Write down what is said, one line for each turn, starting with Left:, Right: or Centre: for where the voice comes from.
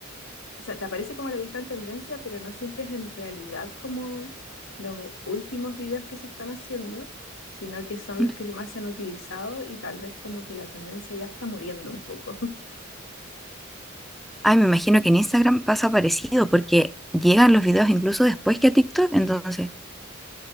Left: o sea, te aparece como lo que está en tendencia, pero no siempre es en realidad como los últimos videos que se están haciendo, sino que son los
Centre: Mm.
Left: que más se han utilizado y tal vez como que la tendencia ya está muriendo un poco.
Centre: Ay, me imagino que en Instagram pasa parecido porque llegan los videos incluso después que a TikTok, entonces.